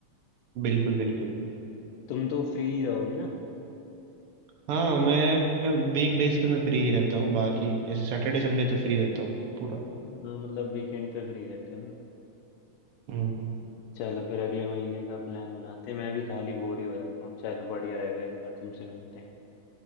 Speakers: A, on the right; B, on the left.
A: बिल्कुल बिल्कुल
B: तुम तो फ्री रहोगे ना
A: हाँ मैं वीक बेस पे मैं फ्री ही रहता हूँ बाकी ऐसे सैटरडे संडे तो फ्री रहता हूँ पूरा
B: अ, मतलब वीकेंड पे फ्री रहते हो
A: हम्म
B: चलो फिर अगले महीने का प्लान बनाते हैं मैं भी खाली बोर ही हो जाता हूँ चलो बढ़िया रहेगा इस बार तुमसे मिलते हैं